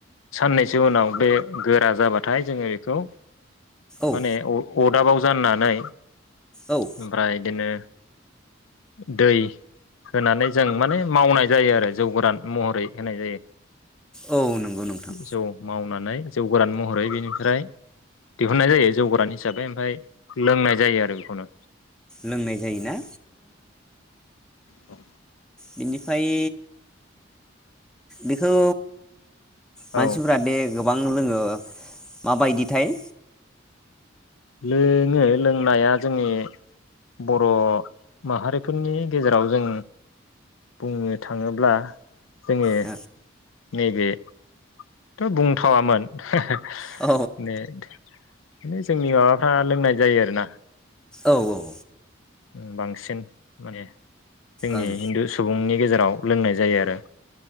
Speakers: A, on the left; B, in the centre.
A: साननैसो उनाव। बे गोरा जाबाथाय जोङो बेखौ
B: औ
A: माने अरदाबाव जाननानै ओमफ्राय
B: औ
A: बिदिनो दै होनानै जों माने मावनाय जायो आरो जौ गोरान महरै होनाय जायो।
B: औ नंगौ नोंथां
A: गोसौ मावना <unintelligible> जौ गोरान महरै बेनिफ्राय दिहुननाय जायो जौ गोरान हिसाबै ओमफ्राय लोंनाय जायो आरो बेखौनो
B: लोंनाय जायोना।
A: औ
B: बिनिफ्राय बे थौ मानसिफोरा
A: औ
B: बे गोबां लोङो माबायदिथाय
A: लोङो लोंनाया जोंनि बर' माहारिफोरनि गेजेराव जों बुंनो थाङोब्ला जोङो
B: औ
A: नैबे थ' बुंथावामोन <unintelligible>
B: औ
A: माने माने जोंनि माबाफ्रा लोंनाय जायो आरो ना।
B: औ औ
A: ओ बांसिन माने जोंनि
B: ओं
A: हिन्दु सुबुंनि गेजेराव लोंनाय जायो आरो